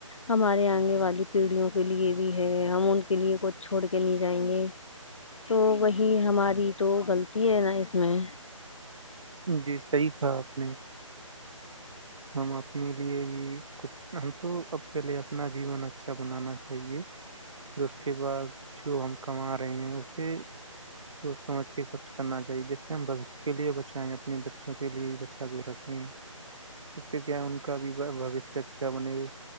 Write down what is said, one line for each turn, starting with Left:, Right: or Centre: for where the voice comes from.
Left: ہمارے آگنے والی پیڑھیوں کے لیے بھی ہے ہم ان کے لیے کچھ چھوڑ کے نہیں جائیں گے تو وہی ہماری تو غلط ہے نا اس میں
Right: جی صحیح کہا آپ نے ہم اپنے لیے بھی کچھ ہم تو اب پہلے اپنا جیون اچھا بنانا چاہیے پھر اس کے بعد جو ہم کما رہے ہیں اسے سوچ سمجھ کے خرچ کرنا چاہیے جیسے ہم بھو شیہ کے لیے بچائیں اپنے بچوں کے لیے بچا کے رکھیں اس سے کیا ہے ان کا بھی بھویش اچھا بنےا